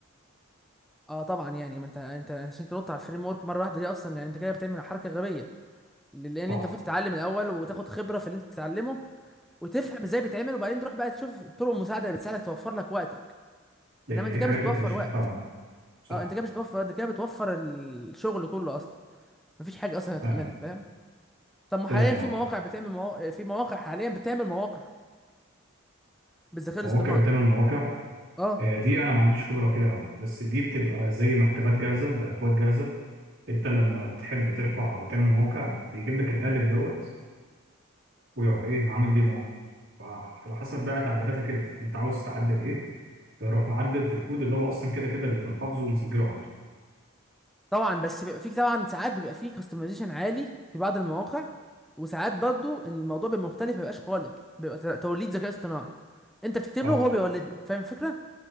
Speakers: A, in the centre; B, on the right.
A: اه طبعا يعني ما انت انت عشان تنط على الفريم ورك مره واحده دي اصلا يعني انت كده بتعمل حركه غبيه ل- لان
B: صح
A: انت المفروض تتعلم الاول وتاخد خبره في اللي انت بتتعلمه وتفهم ازاي بيتعمل وبعدين تروح بقى تشوف طرق المساعده اللي بتساعدك توفر لك وقتك
B: لان
A: انما انت
B: في
A: كده
B: حاجات
A: مش بتوفر
B: انت مش
A: وقت
B: هتفهمها صح
A: اه انت كده مش بتوفر انت كده بتوفر الشغل كله اصلا مفيش حاجه اصلا هتعملها
B: فاهم
A: فاهم طب ما حاليا
B: فاهم
A: في
B: اه
A: مواقع بتعمل مواقع في مواقع حاليا بتعمل مواقع بالذكاء
B: مواقع
A: الاصطناعي
B: بتعمل مواقع
A: اه
B: آه، دي انا ما عنديش خبره فيها قوي بس دي بتبقى زي مكتبات جاهزه باكواد جاهزه انت لما تحب ترفع وتعمل موقع بيجيب لك القالب دوت ويروح ايه عامل بيه موقع على حسب بقى تعديلاتك انت انت عاوز تعدل ايه فيروح معدل في الكود اللي هو اصلا كده كده بيكون حافظه ومسجله عنده
A: طبعا بس بيبقى فيك طبعا ساعات بيبقى فيه كاستمايزيشن عالي في بعض المواقع وساعات برضو الموضوع بيبقى مختلف ما بيبقاش قالب بيبقى ت- توليد ذكاء اصطناعي انت بتكتب
B: اه
A: له وهو بيولد لك فاهم الفكره